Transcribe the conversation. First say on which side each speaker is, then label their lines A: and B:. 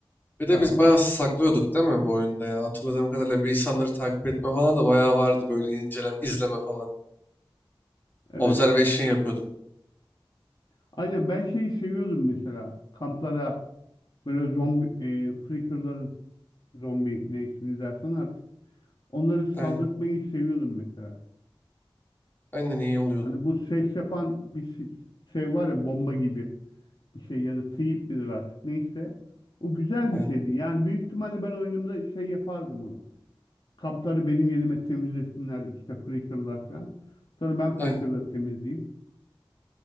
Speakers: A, on the left; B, on the left.
A: Bir de
B: Ya
A: biz
B: o,
A: bayağı saklıyorduk değil mi bu oyunda ya? Hatırladığım kadarıyla bir insanları takip etme falan da bayağı vardı böyle inceleme, izleme falan.
B: evet.
A: Observation yapıyorduk.
B: Aynen ben şeyi seviyordum mesela. Kamplara böyle zombi e, Flickr'ların zombi neyse ne dersen artık Onları
A: Aynen.
B: saldırtmayı seviyordum mesela.
A: Aynen iyi oluyordu.
B: Hani bu ses yapan bir si- şey var ya bomba gibi bir şey ya da teyip midir artık neyse. O güzel
A: Aynen.
B: bir şeydi. Yani büyük ihtimalle ben oyunumda şey yapardım onu. Kampları benim yerime temizlesinler işte Flickr'lar falan. Sonra ben Flickr'la
A: Aynen.
B: temizleyeyim